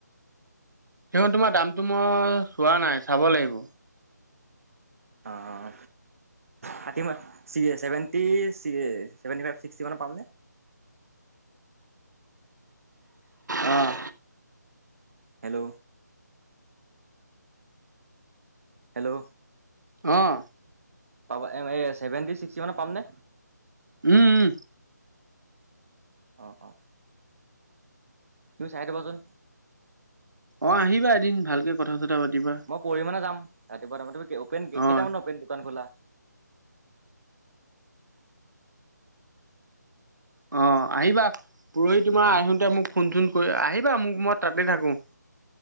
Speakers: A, on the right; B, on the right.
A: সেখন তোমাৰ দামটো মই চোৱা নাই, চাব লাগিব।
B: অহ থাৰ্টি মান, seventy C seventy five, sixty মানত পামনে?
A: অহ
B: হেল্ল হেল্ল
A: অহ
B: পাবা, এহ এই ছেভেণ্টি ছিক্সটি মানত পাম নে?
A: উম, উম
B: অহ, অহ তুমি চাই দিবাচোন
A: অহ আহিবা এদিন, ভালকৈ কথা চথা পাতিবা।
B: মই পৰহি মানে যাম। ৰাতিপুৱা তাৰমানে তুমি অপেন কেইটামানত
A: অ
B: অপেন দোকান খোলা?
A: অহ, আহিবা পৰহি তোমাৰ আহোতে মোক ফোন চোন কৰি আহিবা, মোক মই তাতে থাকোঁ।